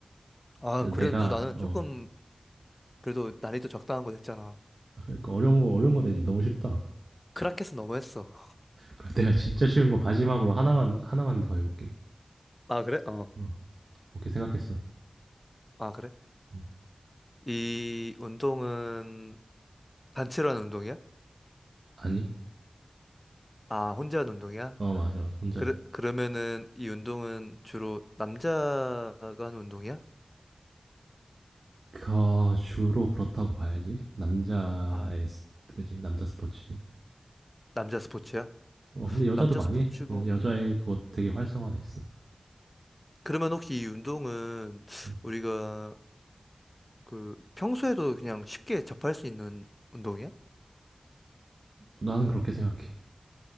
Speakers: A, on the left; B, on the right.
A: 아,
B: 그래서
A: 그래도
B: 내가
A: 나는
B: 어,
A: 조금 그래도 난이도 적당한 거 냈잖아.
B: 아, 그러니까 어려운 거 어려운 거 되지. 너무 쉽다.
A: 크라켓은 너무했어.
B: 그럼 내가 진짜 쉬운 거 마지막으로 하나만 하나만 더 해볼게.
A: 아, 그래? 어.
B: 어, 오케이 생각했어.
A: 아, 그래?
B: 응.
A: 이 운동은 단체로 하는 운동이야?
B: 아니?
A: 아, 혼자 하는 운동이야?
B: 어 맞아 맞아 혼자야.
A: 그러, 그러면은 이 운동은 주로 남자가 하는 운동이야?
B: 그 주로 그렇다고 봐야지. 남자의
A: 아,
B: 스- 그지 남자 스포츠지.
A: 남자 스포츠야?
B: 어 근데 여자도
A: 남자
B: 많이
A: 스포츠고,
B: 해. 어, 여자의
A: 음.
B: 그거 되게 활성화돼 있어.
A: 그러면 혹시 이 운동은
B: 음.
A: 우리가 그 평소에도 그냥 쉽게 접할 수 있는 운동이야?
B: 나는 그렇게 생각해.